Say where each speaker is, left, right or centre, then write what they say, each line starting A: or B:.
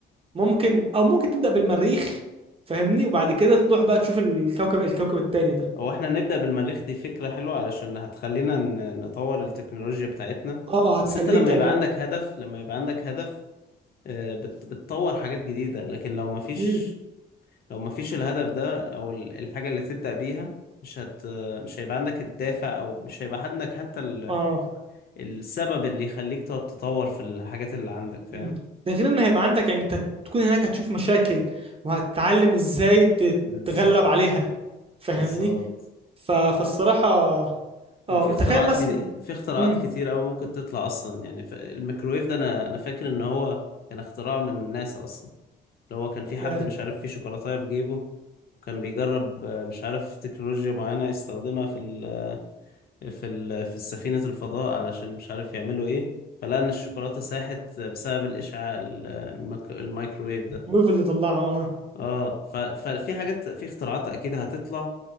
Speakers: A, on the right; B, on the left.
A: ممكن او ممكن تبدا بالمريخ فاهمني وبعد كده تروح بقى تشوف الكوكب الكوكب التاني ده
B: هو احنا نبدأ بالمريخ دي فكرة حلوة علشان هتخلينا ن- نطور التكنولوجيا بتاعتنا
A: اه هتخليك
B: اصل انت لما
A: يعني
B: يبقى عندك هدف لما يبقى عندك هدف آه، بت- بتطور حاجات جديدة لكن لو مفيش
A: مم.
B: لو مفيش الهدف ده أو ال- الحاجة اللي تبدأ بيها مش هت مش هيبقى عندك الدافع أو مش هيبقى عندك حتى ال...
A: اه
B: السبب اللي يخليك تقعد تطور في الحاجات اللي عندك فاهم
A: مم. ده غير ان هيبقى عندك يعني انت تكون هناك هتشوف مشاكل وهتتعلم ازاي تتغلب
B: بالظبط
A: عليها فاهمني
B: بالظبط
A: ف... فالصراحة
B: وفي
A: اه
B: اختراعات
A: تخيل مثلا
B: جديد... في اختراعات
A: امم
B: كتير أوي ممكن تطلع أصلا يعني ف... الميكرويف ده أنا أنا فاكر إن هو كان اختراع من ناس أصلا اللي هو كان في
A: يا
B: حد مش عارف فيه شوكولاتاية في جيبه وكان بيجرب آه، مش عارف تكنولوجيا معينة يستخدمها في ال... في ال... في سفينة الفضاء علشان مش عارف يعملوا ايه فلقى ان الشوكولاتة ساحت بسبب الاشعاع ال- المك... الميكروويف ده
A: ويف اللي طلعها اه
B: اه ف... ففي حاجات في اختراعات اكيد هتطلع